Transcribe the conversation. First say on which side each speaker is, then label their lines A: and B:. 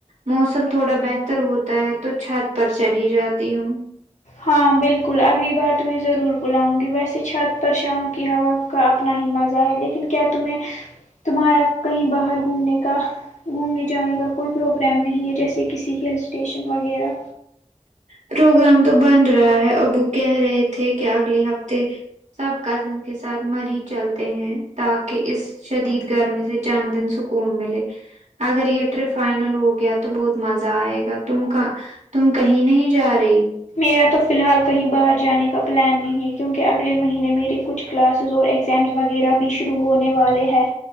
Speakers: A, on the right; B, on the left.
A: موسم تھوڑا بہتر ہوتا ہے تو چھت پر چلی جاتی ہوں
B: ہاں بالکل اگلی بار تمہیں ضرور بلاؤں گی ویسے چھت پر شام کی ہوا کا اپنا ہی مزہ ہے لیکن کیا تمہیں تمہارا کہیں باہر گھومنے کا گھومنے جانے کا کوئی پروگرام نہیں ہے جیسے کسی ہل اسٹیشن وغیرہ
A: پروگرام تو بن رہا ہے ابو کہہ رہے تھے کہ اگلے ہفتے سب کزن کے ساتھ مری چلتے ہیں تاکہ اس شدید گرمی سے چند دن سکون ملے اگر یہ ٹرپ فائنل ہو گیا تو بہت مزہ آئے گا تم تم کہیں نہیں جا رہی
B: میرا تو فی الحال کہیں باہر جانے کا پلان نہیں ہے کیونکہ اگلے مہینے میرے کچھ کلاسز اور اگزامس وغیرہ بھی شروع ہونے والے ہیں